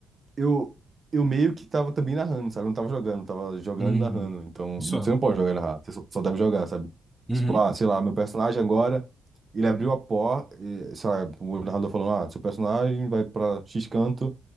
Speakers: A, on the right; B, in the centre.
A: eu, eu meio que tava também narrando, sabe? Eu não tava jogando, tava jogando
B: Hum.
A: e narrando. Então,
B: Só.
A: você não pode jogar e narrar, você só, só deve jogar, sabe?
B: Uhum.
A: Tipo, ah, sei lá, meu personagem agora, ele abriu a porta, e, sei lá, o narrador falando, ah, seu personagem vai pra X canto.